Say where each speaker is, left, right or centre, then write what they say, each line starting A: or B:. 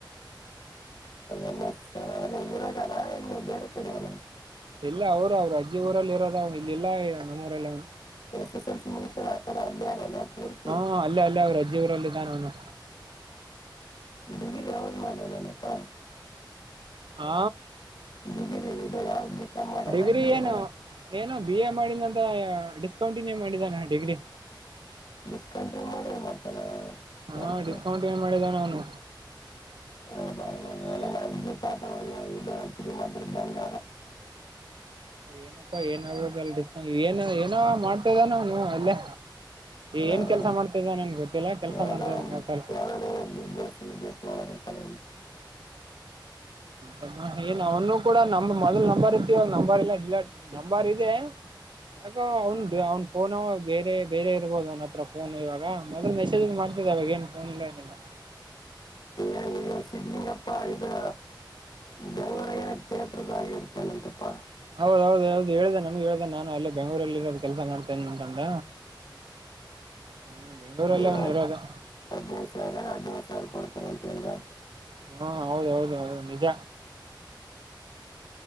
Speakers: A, on the left; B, on the right.
A: ಎನ್ ಎಸ್ ಅದೇ ಊರಾಗಲ್ಲ ಇನ್ನು ಬೇರೆ ಕಡೆ ಅಲ್ಲ
B: ಇಲ್ಲ ಅವರು ಅವ್ರು ಅಜ್ಜಿ ಊರಲ್ಲಿ ಇರೋದ ಅವ ಇಲ್ಲಿಲ್ಲ ನಮ್ಮೂಊರಲ್ಲಿ ಅವನು
A: ಎಸ್ ಎಸ್ ಎಲ್ ಸಿ ಮುಗಿಸ್ಯಾಳ ಆ ಕಡೆ ಅಲ್ಲೇ ಅಲ್ಲ ಪೂರ್ತಿ
B: ಹಾ ಅಲ್ಲೇ ಅಲ್ಲೇ ಅವ್ರು ಅಜ್ಜಿ ರಲ್ಲಿದ್ದಾನ ಅವನು
A: ಡಿಗ್ರಿ ಯಾವ್ದು ಮಾಡ್ಯಾನಪ್ಪ
B: ಹಾ
A: ಡಿಗ್ರಿ ಇದು ಯಾವ್ದು ಬಿ ಕಾಮ್ ಮಾಡ್ಯಾನ
B: ಡಿಗ್ರಿ
A: ಬಿ
B: ಏನು
A: ಎ ಮಾಡ್ಯಾನ
B: ಏನು ಬಿ ಎ ಮಾಡಿದಂತ ಡಿಸ್ಕೌಂಟಿನ್ಯೂ ಮಾಡಿದಾನ ಡಿಗ್ರಿ
A: ಡಿಸ್ಕಂಟಿನ್ಯೂ ಮಾಡ್ಯಾನ ಮಾಡ್ತಾನ
B: ಹಾ
A: ವರ್ಕ್
B: ಡಿಸ್ಕೌಂಟ್ ಏನ್ ಮಾಡಿದ ಅವನು
A: ಏನ ಅಜ್ಜಿ ತಾತ ಇದು ಶ್ರೀಮಂತರ ಇದ್ದಂಗ
B: ಏನಪ್ಪಾ ಏನಾಗದಲ್ಡಿಸ್ ಏನ ಏನೋ ಮಾಡ್ತದಾನ ಅಲ್ಲೇ ಏನ್
A: ಯಾವ್ದಾರ
B: ಕೆಲ್ಸ ಮಾಡ್ತಿದ ನನ್ಗೆ ಗೊತ್ತಿಲ್ಲ ಕೆಲ್ಸ
A: ಯಾವ್ದಾರ
B: ಮಾಡ್ತಾದಟಲ್
A: ಯಾವ್ದಾರ ಬಿಸ್ನೆಸ್ ಗಿಸ್ನೆಸ್ ಮಾಡಕತ್ತಾರ
B: ಹ್ಮ್ ಏನ್ಂತ ಏನ್ ಅವನು ಕೂಡ ನ ಮೊದ್ಲ್ ನಂಬರ್ ಇರ್ತಿವ ಅವ ನಂಬರ್ ಇಲ್ಲ ಇಲ್ಲ ನಂಬರ್ ಇದೆ ಯಾಕ ಅವನ್ ಅವ್ನ್ ಫೋನು ಬೇರೆ ಬೇರೆ ಇರ್ಬೋದು ಅವನತ್ರ ಫೋನು ಇವಾಗ ಮೊದಲ್ ಮೆಸೇಜ್ ಮಾಡ್ತಿದ್ದ ಅವಾಗ ಏನ್ ಫೋನ್ ಇಲ್ಲ ಏನೆಲ್ಲ
A: ಏನ್ ಇವ ಸಿದ್ಲಿಂಗಪ್ಪ ಇದು ಬೆಂಗಳೂರಾಗ ಏನ ಥಿಯೇಟರ್ದಾಗ ಇರ್ತಾನಂತಪ್ಪ
B: ಹೌದೌದು ಹೌ್ದದು ಹೇಳ್ದ ನನಗೆ ಹೇಳ್ದನೆ ನಾನು ಅಲ್ಲೇ ಬೆಂಗಗಳೂರಲ್ಲಿ ಇರೋದು ಕೆಲಸ ಮಾಡ್ತೇನೆ ಅಂತಂದ ಹ್ಮ ಬೆಂಗಗಳೂರಲ್ಲೇ
A: ಈಗ
B: ಅವನು ಇರೋದು
A: ಹದಿನೈದು ಸಾವಿರ ಹದಿನೈದು <unintelligible>
B: ಹ್ಮ ಹೌದ ಹೌದು ಹೌದು ನಿಜ